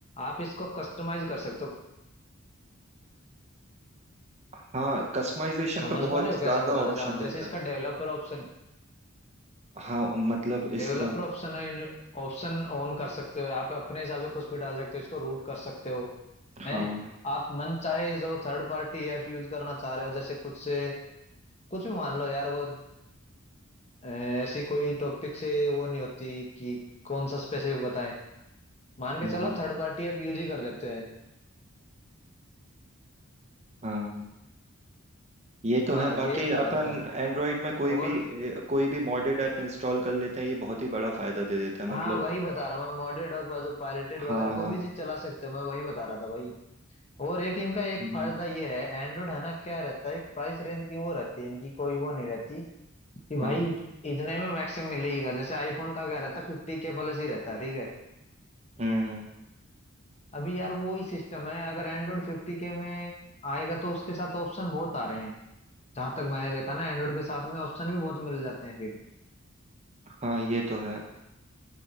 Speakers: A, on the left (about 30°); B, on the right (about 30°).
A: आप इसको कस्टमाइज कर सकते हो
B: हाँ कस्टमाइजेशन
A: समझ
B: का बहुत
A: पा रहे हो
B: ज्यादा
A: कैसा बताना
B: ऑप्शन
A: चाह रहा हूँ
B: देता
A: जैसे इसका
B: है
A: developer option
B: हाँ मतलब इसमें
A: developer option option on कर सकते हो आप अपने हिसाब से कुछ भी डाल सकते हो इसको रूट कर सकते हो हैं
B: हाँ
A: आप मन चाहे जो थर्ड पार्टी ऐप यूज करना चाह रहे हो जैसे कुछ से कुछ भी मान लो यार वो अ, ऐसी कोई टॉपिक से वो नहीं होती कि कौन सा स्पेसिफिक बताएं मान के चलो
B: हाँ
A: थर्ड पार्टी ऐप यूज ही कर लेते हैं
B: हाँ हाँ। ये तो
A: हाँ
B: है
A: ये
B: बाकी
A: होता
B: अपन
A: है उनका
B: एंड्रॉयड में कोई
A: और
B: भी ए, कोई भी मॉडेड ऐप इंस्टॉल कर लेते हैं ये बहुत ही बड़ा फायदा दे देता है मतलब
A: हाँ वही बता रहा हूँ मैं मॉडेड और जो पायरेटेड वगैरह
B: हाँ
A: कोई
B: हाँ
A: भी चीज चला सकते हो मैं वही बता रहा था भाई और एक इनका एक
B: हम्म,
A: फायदा ये है एंड्रॉइड है ना क्या रहता है एक प्राइस रेंज की वो रहती है इनकी कोई वो नहीं रहती कि भाई
B: हाँ
A: इतने में मैक्सिमम मिलेगा जैसे आईफोन का क्या रहता है फिफ्टी के प्लस ही रहता है ठीक है
B: हम्म हम्म,
A: अभी यार वो ही सिस्टम है अगर एंड्रॉइड फिफ्टी के में आएगा तो उसके साथ ऑप्शन बहुत आ रहे हैं जहां तक मैंने देखा ना एंड्रॉइड के साथ में ऑप्शन भी बहुत मिल जाते हैं फिर
B: हाँ ये तो है